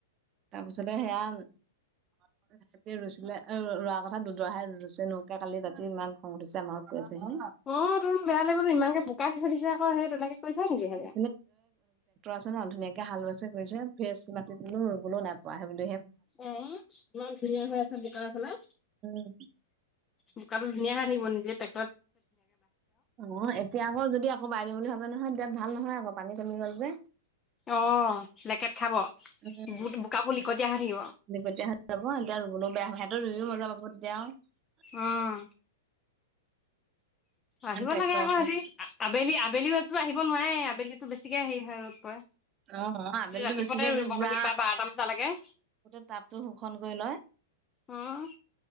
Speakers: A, on the right; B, on the left.
A: তাৰপিছতে সেয়া তে ৰুইছিলে ৰোৱাৰ কথা দুদৰাহে ৰুছে নোকে কালি ৰাতি ইমান খং উঠিছে আমাৰত কৈ আছে হে
B: অ তোন বেয়া লাগিব তো ইমানকে বোকা দি থৈ দিছে আকৌ সেই তেনেকে কৰি থয় নেকি সেয়া।
A: <unintelligible> আছে ন ধুনীয়াকে হাল বছে গৈছে ফেস মাতি ৰুবলৈও নাপোৱা বুলি
B: উম ইমান ধুনীয়া হৈ আছে বোকা এই ফালে।
A: উম
B: বোকাটো ধুনীয়াহে থাকিব নিজে তাক
A: অ এতিয়া আকৌ যদি আকৌ বাই দিম বুলি ভাব নহয় ইয়াত ভাল নহয় আক পানী কমি গ'ল যে।
B: অ লেকেট খাব।
A: উম
B: বুট
A: <unintelligible>
B: বোকাবোৰ লিকটীয়া
A: হৈ
B: থাকিব
A: যাব এতিয়া ৰুবলৈ বেয়া ভ <unintelligible>
B: উম আহিব
A: আৰু ট্ৰেক্টৰ
B: লাগে আকৌ
A: এখন
B: সিহতি আবেলি আবেলি আহিব নোৱাৰে আবেলিতো বেছিকে সেই হয় ৰদ পৰে।
A: অ', আবেলিতো
B: ৰাতিপুৱাতে
A: বেছিকে পুৰা
B: বাহিৰ বা-বা-বাৰটা বজালৈকে।
A: গোটেই টাবটো শোষণ কৰি লয়।
B: অহ',